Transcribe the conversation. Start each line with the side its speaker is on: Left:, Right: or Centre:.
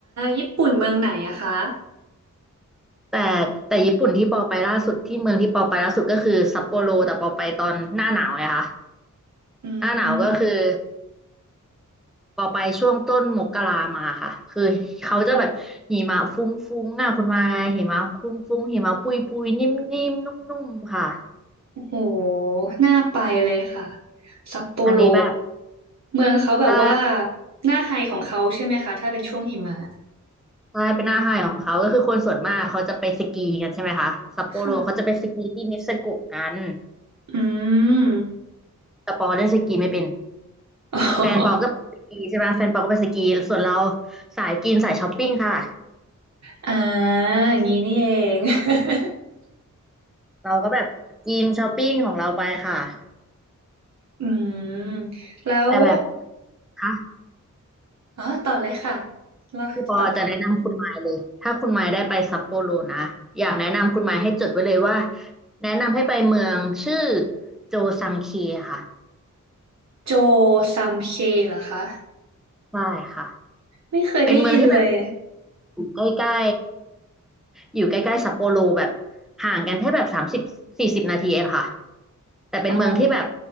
Right: ญี่ปุ่นเมืองไหนอะคะ
Centre: แต่แต่ญี่ปุ่นที่ปอไปล่าสุดที่เมืองที่ปอไปล่าสุดก็คือซัปโปโรแต่ปอไปตอนหน้าหนาวไงคะ
Right: อืม
Centre: หน้าหนาวก็คือปอไปช่วงต้นมกรามาค่ะคือเขาจะแบบหิมะฟุ้งๆอ่ะคุณมายหิมะฟุ้งๆหิมะปุยๆนิ่มๆนุ่มนุ่มๆค่ะ
Right: โหน่าไปเลยค่ะซัปโปโร
Centre: อันนี้แบบ
Right: เมืองเขาแบบว่า
Centre: ถ้า
Right: หน้าไฮของเขาใช่ไหมคะถ้าเป็นช่วงหิมะ
Centre: ถ้าเป็นหน้าไฮของเขาก็คือคนส่วนมากเขาจะไปสกีกันใช่ไหมคะซัปโปโรเขาจะไปสกีที่นิเซโกะกัน
Right: ค่ะอืม
Centre: แต่ปอเล่นสกีไม่เป็น
Right: <laughs> อ๋อ
Centre: แฟนปอก็ไปสกีใช่ไหมแฟนปอก็ไปสกีส่วนเราสายกินสายช้อปปิ้งค่ะ
Right: อ่าอย่างนี้นี่เอง <laughs>
Centre: เราก็แบบกินช้อปปิ้งของเราไปค่ะ
Right: อืมแล้ว
Centre: แต่แบบคะ
Right: อ๋อต่อเลยค่ะแล้วต่อเลย
Centre: พี่ปอจะแนะนำคุณไมล์เลยถ้าคุณไมล์ได้ไปซัปโปโรนะอยากแนะนำคุณไมล์ให้จดไว้เลยว่าแนะนำให้ไปเมืองชื่อโจซังเคค่ะ
Right: โจซัมเคเหรอคะ
Centre: ใช่ค่ะ
Right: ไม่เคยได้ยินเลย
Centre: เป็นเมืองที่แบบอยู่ใกล้ๆอยู่ใกล้ๆซัปโปโรแบบห่างกันแค่แบบสามสิบสี่สิบนาทีเองค่ะแต่เป็นเมืองที่แบบ
Right: อ๋อ